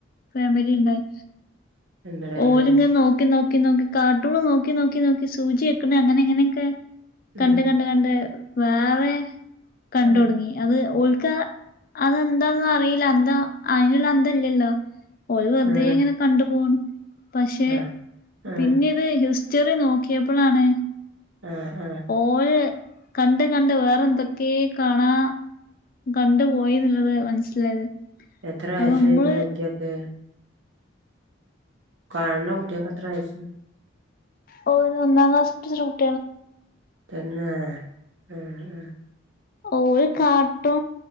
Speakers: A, on the left (about 45°); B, on the right (about 70°).
A: ഫാമിലീ ഇണ്ടായി.
B: എന്തടാ
A: ഓല്‌ങ്ങനെ
B: ഇത്
A: നോക്കി നോ ക്കി നോക്കി, കാർട്ടൂൺ നോക്കി, നോക്കി, നോക്കി സൂചി വെക്ക്ണങ്ങനെ ഇങ്ങനെക്കെ കണ്ട്
B: ആ
A: കണ്ട്, കണ്ട്, വേറേ കണ്ട്
B: ആ
A: ഒടങ്ങി അത് ഓൽക്കാ അതെന്താന്ന് അറീല അന്തം അയ്ന്ള്ള അന്തല്ല്യല്ലോ. ഓല് വെറ്തേങ്ങനെ
B: ആ
A: കണ്ടു പോണ്. പക്ഷെ
B: ആ ആ
A: പിന്നെ ഇത് ഹിസ്റ്ററി നോക്കിയപ്പളാണ്
B: ആഹ് ആഹ്
A: ഓല് കണ്ട് കണ്ട് വേറെ എന്തൊക്കേ കാണാ കണ്ട് പോയീന്ന്ള്ളത് മനസ്സിലായത്
B: എത്ര വയസായിക്ക്ണ്
A: അപ്പൊ നമ്മള്
B: കുട്ട്യോക്ക്? കാണ് ണ കുട്ട്യോക്കെത്രേ വയസ്?
A: ഓ <unintelligible> ഒന്നാം ക്ലാസ് <unintelligible>
B: തന്നേ ആ അ
A: ഓല് കാർട്ടൂ